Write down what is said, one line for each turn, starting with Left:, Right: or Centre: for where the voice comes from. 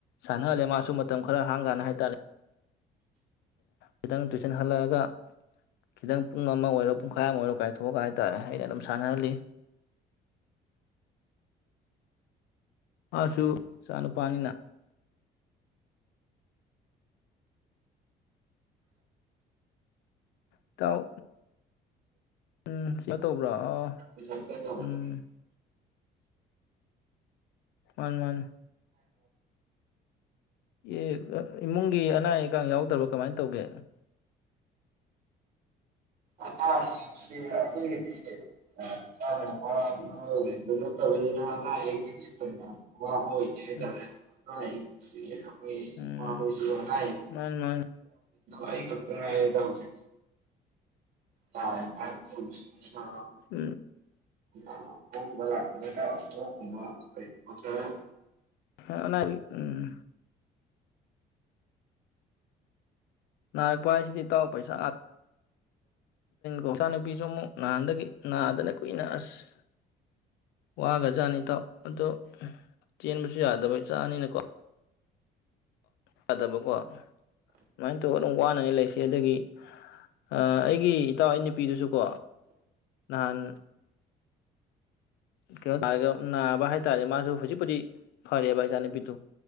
Left: ꯁꯥꯟꯅꯍꯜꯂꯦ ꯃꯥꯁꯨ ꯃꯇꯝ ꯈꯔ ꯍꯥꯡ ꯀꯥꯟꯗ ꯍꯥꯏ ꯇꯥꯔꯦ ꯈꯤꯇꯪ ꯇꯨꯏꯁꯟ ꯍꯜꯂꯛꯑꯒ ꯈꯤꯇꯪ ꯄꯨꯡ ꯑꯃ ꯑꯣꯏꯔꯣ ꯄꯨꯡꯈꯥꯏ ꯑꯃ ꯑꯣꯏꯔꯣ ꯀꯥꯏꯊꯣꯛꯑꯒ ꯍꯥꯏꯇꯥꯔꯦ ꯑꯩꯅ ꯑꯗꯨꯝ ꯁꯥꯟꯅꯍꯜꯂꯤ ꯃꯥꯁꯨ ꯏꯆꯥꯅꯨꯄꯥꯅꯥꯅ ꯏꯇꯥꯎ ꯎꯝ <unintelligible> ꯇꯧꯕ꯭ꯔꯥ ꯑꯥ
Right: ꯏꯊꯟꯇ ꯇꯧꯒꯗꯕꯅꯤ
Left: ꯎꯝ ꯃꯥꯅꯤ ꯃꯥꯅꯤ ꯑꯦ ꯏꯃꯨꯡꯒꯤ ꯑꯅꯥ ꯑꯌꯦꯛꯀ ꯌꯥꯎꯗꯕ꯭ꯔꯥ ꯀꯃꯥꯏꯅ ꯇꯧꯒꯦ
Right: ꯑꯅꯥ ꯑꯌꯦꯛꯁꯤ ꯑꯩꯈꯣꯏꯒꯤꯗꯤ <unintelligible> ꯂꯩꯕ ꯅꯠꯇꯕꯅꯤꯅ ꯑꯅꯥ ꯑꯌꯦꯛꯀꯤꯗꯤ ꯊꯣꯏꯅꯥ <unintelligible>
Left: ꯎꯝ
Right: ꯑꯍꯤꯆꯤ ꯏꯣꯏ
Left: ꯎꯝ
Right: ꯏꯃꯥꯍꯣꯏꯁꯨ ꯍꯥꯏ
Left: ꯃꯥꯅꯤ ꯃꯥꯅꯤ
Right: ꯑꯩꯈꯛꯇ‌ ꯉꯥꯏꯔꯦꯗ ꯍꯧꯁ ꯇꯥꯔꯦ ꯐꯥꯏ ꯄꯨꯁ
Left: ꯎꯝ
Right: ꯑ ꯍꯣꯛꯕꯂ ꯑꯗꯨꯨꯅ ꯑꯗꯨꯒꯨꯝꯕ ꯀ
Left: ꯍ ꯑꯅꯕꯤ ꯎꯝ ꯅꯥꯔꯛꯄ ꯍꯥꯏꯁꯤꯗꯤ ꯏꯇꯥꯎ ꯄꯩꯁꯥ ꯣ ꯏꯆꯥ ꯅꯨꯨꯄꯤꯁꯨ ꯑꯃꯨꯛ ꯅꯍꯥꯟꯗꯒꯤ ꯅꯥꯗꯅ ꯀꯨꯏꯅ ꯑꯁ ꯋꯥꯒꯖꯥꯠꯅꯤ ꯏꯇꯥꯎ ꯑꯗꯣ ꯆꯦꯟꯕꯁꯨ ꯌꯥꯗꯕ ꯏꯆꯥꯅꯤꯅꯀꯣ ꯌꯥꯗꯕꯀꯣ ꯑꯗꯨꯃꯥꯏꯅ ꯇꯧꯔ ꯑꯗꯨꯝ ꯋꯥꯅꯅꯤ ꯂꯩꯁꯤ ꯑꯗꯒꯤ ꯑ ꯑꯩꯒꯤ ꯏꯇꯥꯎ ꯑꯩ ꯅꯨꯄꯤꯗꯨꯁꯨꯀꯣ ꯅꯍꯥꯟ ꯀꯩꯅꯣꯔꯒ ꯅꯥꯕ ꯍꯥꯏꯇꯥꯔꯦ ꯃꯥꯁꯨ ꯍꯧꯖꯤꯛꯄꯨꯗꯤ ꯐꯔꯦꯕ ꯏꯆꯥꯅꯨꯄꯤꯗꯨ